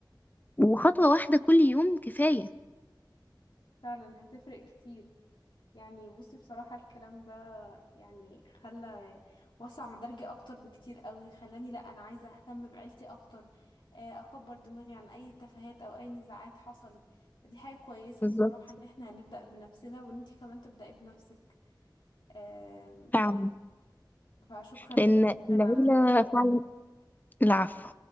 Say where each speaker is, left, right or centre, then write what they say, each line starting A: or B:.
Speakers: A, on the left; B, on the left.
A: وخطوة واحدة كل يوم كفاية
B: فعلا هتفرق كتير يعني بصي بصراحة الكلام ده يعني خلى وسع مدارجي أكتر بكتير قوي خلاني لأ أنا عايزة أهتم بعيلتي أكتر آه، أكبر دماغي عن أي تفاهات أو أي نزاعات حصلت دي حاجة كويسة
A: بالظبط
B: بصراحة إن احنا هنبدأ بنفسنا وإن انتي كمان تبدأي بنفسك آه،
A: فعلا
B: فشكرا
A: لأن
B: ليكي جدا
A: العيلة
B: على الكلام ده
A: فعلا العفو